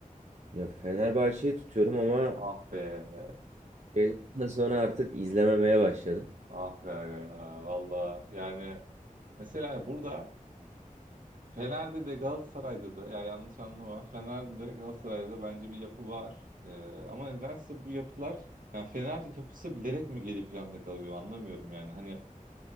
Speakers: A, on the right; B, on the right.
A: Ya Fenerbahçe'yi tutuyorum ama
B: Ah be,
A: şeylerden sonra artık izlememeye başladım.
B: ah be aga ya. Valla yani mesela burada Fener'de de Galatasaray'da da ya yanlış anlama. Fener'de de Galatasaray'da da bence bir yapı var. Ee, ama nedense bu yapılar yani Fener yapısı bilerek mi geri planda kalıyor anlamıyorum yani. Hani